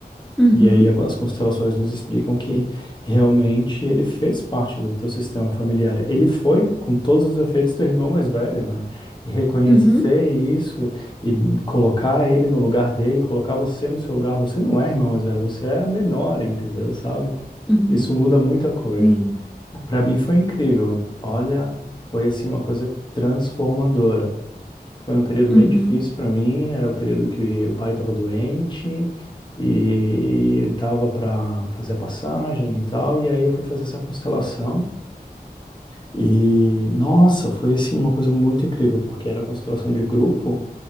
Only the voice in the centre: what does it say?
Uhum,
uhum,
uhum,
sim.
Uhum,